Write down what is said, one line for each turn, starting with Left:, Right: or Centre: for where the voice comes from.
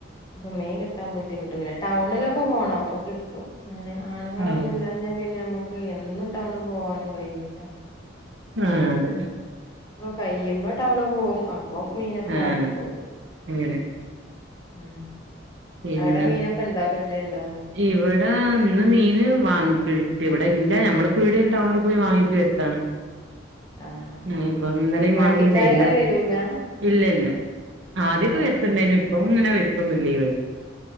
Left: ഇപ്പൊ മീൻ കിട്ടാൻ ബുദ്ധിമുട്ട പിന്നെ ടൗണിലൊക്കെ പോണം അപ്പൊ കിട്ടും. ങ്ങളൊന്നും
Right: ആഹ്
Left: ഇല്ലഞ്ഞാ പിന്നെ നമ്മക്ക് എന്നും ടൗണിൽ പോവാനും കയ്യൂല.
Right: ആ അതെ
Left: കയ്യുമ്പോ ടൗണ് പോകും അപ്പൊ മീനൊക്കെ
Right: ആഹ്
Left: വാങ്ങി പോരും.
Right: അങ്ങനെ
Left: ഉം
Right: പിന്നെ
Left: അവിടെ മീനൊക്കെ ഉണ്ടോ കിട്ടുണ്ടോ
Right: ഇവിടെ ഇന്ന് മീന് <unintelligible> ഇല്ല ഞമ്മള് പീടേൽ ടൗണിൽ പോയി വാങ്ങിട്ട് വരത്താണ്.
Left: ആഹ്
Right: ആ ഇപ്പൊ ഇന്നലെം
Left: വണ്ടിക്കാരിങ്ങനെ
Right: വാങ്ങിണ്ടായില്ല.
Left: വരൂല
Right: ഇല്ല ഇല്ല ആദ്യൊക്കെ
Left: ഓ
Right: വരുത്തിണ്ടായിനു ഇപ്പൊങ്ങനെ വരുത്തില്ല ഈ വഴിക്ക്.